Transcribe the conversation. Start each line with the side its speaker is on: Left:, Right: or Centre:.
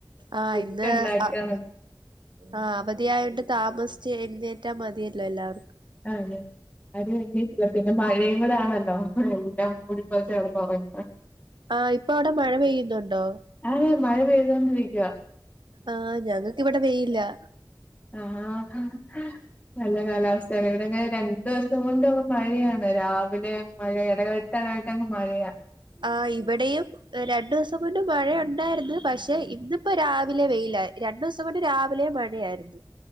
Right: ആഹ്
Left: പുട്ട്
Right: ഇന്ന്
Left: ഉണ്ടാക്കാണ്
Right: ആഹ് ആഹ് അവധിയായോണ്ട് താമസിച്ച് എഴുന്നേറ്റാ മതിയല്ലോ എല്ലാവർക്കും
Left: ആതെ ആരും എഴുന്നേറ്റില്ല പിന്നെ മഴ യുംകൂടെ ആണല്ലോ എല്ലാം മൂടി പൊതച്ച് കടന്നുറങ്ങാ
Right: ആഹ് ഇപ്പൊ അവിടെ മഴ പെയ്യുന്നുണ്ടോ
Left: ആടെ മഴ പെയ്തോണ്ടിരിക്ക്വാ
Right: ആഹ് ഞങ്ങക്ക് ഇവിടെ വെയിലാ
Left: ആഹ് നല്ല കാലാവസ്ഥയാണ് ഇവിടെക്കെ രണ്ടു ദിവസം കൊണ്ട് അങ്ങ് മഴയാണ് രാവിലെ മഴ ഇടവി ട്ടിടവിട്ടാങ്ങ് മഴയാ
Right: ആഹ് ഇവിടെയും രണ്ടു ദിവസം കൊണ്ട് മഴയൊണ്ടായിരുന്നു പക്ഷെ ഇന്നിപ്പോ രാവിലെ വെയിലായി രണ്ടു ദിവസം ദിവസം കൊണ്ട് രാവിലെ മഴയായിരുന്ന്